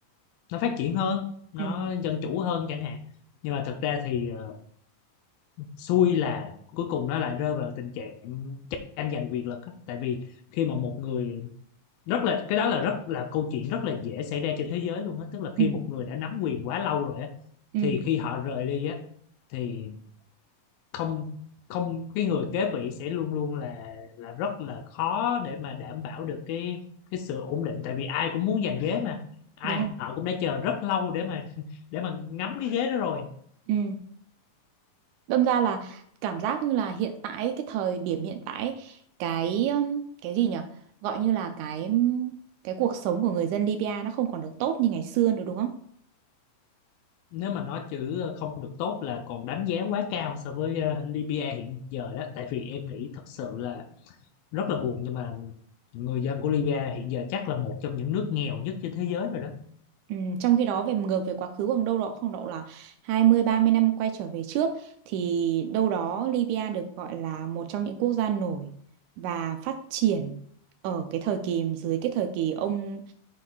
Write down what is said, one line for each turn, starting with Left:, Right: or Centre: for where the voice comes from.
Left: nó phát triển hơn, nó
Right: ừ
Left: dân chủ hơn chẳng hạn nhưng mà thực ra thì ờ, xui là cuối cùng nó lại rơi vào tình trạng tranh giành quyền lực á. tại vì khi mà một người rất là cái đó là rất là câu chuyện rất là dễ xảy ra trên thế giới luôn á tức là
Right: ừ
Left: khi một người đã nắm quyền quá lâu rồi á
Right: ừ
Left: thì khi họ rời đi á thì không không cái người kế vị sẽ luôn luôn là là rất là khó để mà đảm bảo được cái cái sự ổn định tại vì ai cũng muốn giành ghế mà ai
Right: Đúng không?
Left: họ cũng đã chờ rất lâu để mà để mà ngắm cái ghế đó rồi
Right: Ừ. Đâm ra là cảm giác như là hiện tại cái thời điểm hiện tại cái um, cái gì nhỉ? Gọi như là cái cái cuộc sống của người dân Libya nó không còn được tốt như ngày xưa nữa đúng không?
Left: nếu mà nói chữ ờ, không được tốt là còn đánh giá quá cao so với ờ, Libya hiện giờ đó tại vì em nghĩ thật sự là rất là buồn nhưng mà người dân của Libya hiện giờ chắc là một trong những nước nghèo nhất trên thế giới rồi đó
Right: Ừ, trong khi đó về ngược về quá khứ khoảng đâu đó khoảng độ là hai mươi ba mươi năm quay trở về trước thì đâu đó Libya được gọi là một trong những quốc gia nổi và phát triển ở cái thời kỳ dưới cái thời kỳ ông